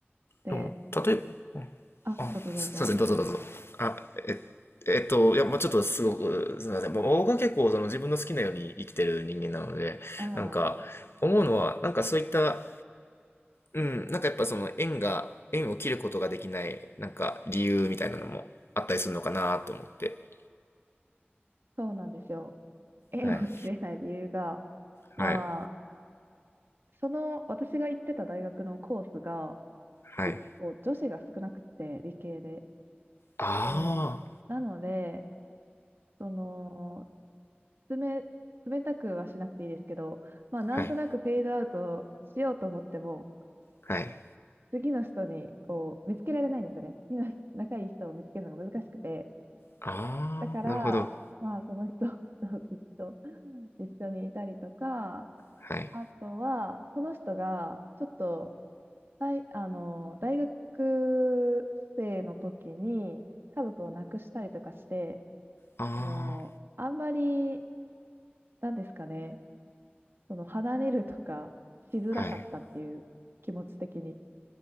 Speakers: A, on the right; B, on the left.
A: で、
B: でも、例えば、
A: あ、
B: あ、
A: どうぞどうぞ。
B: すすいません、どうぞどうぞ。あ、え、えっと、いや、まあちょっとすごく、すみません。まあ僕は結構その自分の好きなように生きてる人間なので、
A: ああ、
B: なんか、思うのは、なんかそういったうん、なんかやっぱその縁が、縁を切ることができない、なんか理由みたいなのもあったりするのかなと思って。
A: そうなんですよ。縁を切れない理由が、
B: はい。
A: まあ、
B: はい。
A: その、私が行ってた大学のコースが、
B: はい。
A: 結構女子が少なくて、理系で。
B: あ
A: で、なので、その、冷、冷たくはしなくていいですけど、まあ、なんとなくフェードアウトしようと思っても、
B: あ。はい。はい。
A: 次の人に、こう、見つけられないんですよね。次の仲いい人を見つけるのが難しくて。
B: ああ、
A: だから、
B: なるほど。
A: まあ、その人 <laughs> とずっと一緒にいたりとか、
B: はい。
A: あとは、その人が、ちょっと、大、あの、大学生の時に家族を亡くしたりとかして、
B: あ
A: あの、あんまり、なんですかね、その、離れるとかしづらかったっていう気持ち的に。
B: あ。はい。